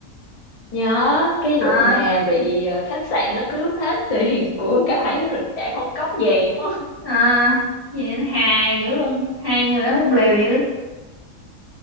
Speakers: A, on the left (about 70°); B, on the right (about 25°).
A: nhớ cái
B: À,
A: vụ mà bị ờ, khách sạn nó cướp hết tiền <laughs> của cải rồi cả con cóc vàng phải không?
B: à, vậy hài dữ luôn, hai người đó cũng liều dữ.